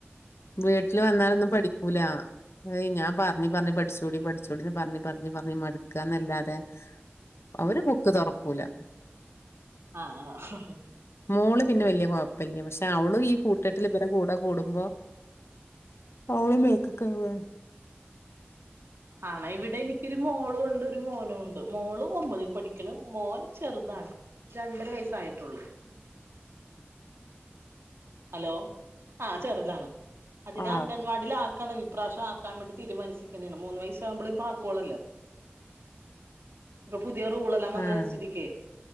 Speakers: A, on the left; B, on the right.
A: വീട്ട്ല് വന്നാലൊന്നും പഠിക്കൂലാ ഏയ് ഞാൻ പർഞ്ഞ് പർഞ്ഞ് പഠ്ച്ചൂടി പഠ്ച്ചൂടീന്ന് പർഞ്ഞ് പർഞ്ഞ് പർഞ്ഞ് മട്ക്കാന്നല്ലാതെ അവര് ബുക്ക് തൊറക്കൂലാ
B: ആഹ് ആഹ്
A: മോള് പിന്നെ വെല്ല്യ കൊഴ്പ്പല്ല്യാ പക്ഷെ അവളും ഈ കൂട്ടെത്തില് വെരെ കൂടെ കൂട്മ്പോ അവളും ബേക്ക്ക്കാവാണ്
B: ആണാ ഇവിടെ എനിക്കൊരു മോളൂണ്ട് ഒരു മോനൂണ്ട് മോള് ഒമ്പതീ പഠിക്ക്ണ് മോൻ ചെറ്താണ് രണ്ടര വയസ്സായ്ട്ടൊള്ളൂ ഹലോ ആഹ് ചെറ്താണ് അതിനെ
A: ആഹ്
B: അങ്ങൻ വാടീലാക്കണം ഇപ്പ്രാശ്യം ആക്കാൻ വേണ്ടി തീര്മാനിച്ച്ക്ക്ണേണ് മൂന്ന് വയസ്സാവുമ്പളെ ഇപ്പാക്കൊള്ളേല്ലോ പ്പൊ പുത്യേ റൂളെല്ലാം വന്നെ
A: ആഹ്
B: സ്ഥിതിക്കേ